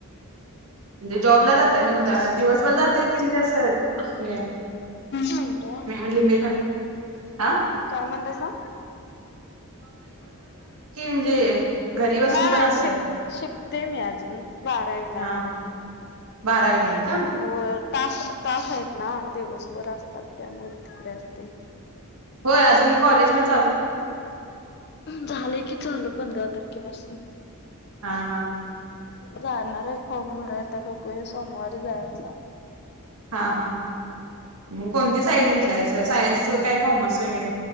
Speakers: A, on the right (about 75°); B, on the left (about 45°).
A: म्हणजे जॉबला जात त्या दिवसभर जात की असे
B: म्हणतो
A: <unintelligible> लिम ह
B: काय म्हणतासा
A: म्हणजे घरी बसून
B: नाही
A: पण
B: नाही
A: असतय
B: शिक शिकते मी अजून बारावीला
A: हा
B: आहे आता
A: बारावीला आहे. का?
B: हो तास तास आहेत ना दिवसभर असतात त्यामुळे तिकडे असते.
A: होय अजून कॉलेज म
B: झालं की झाल पंधरा तारखे पासून
A: हा हा.
B: जाणार आहे फॉर्म भराय बघूया सोमवारी जायाच.
A: हा हा. मग कोणती साईड
B: हम्म
A: घेतलायसा सायन्स काय कॉमर्स वगैरे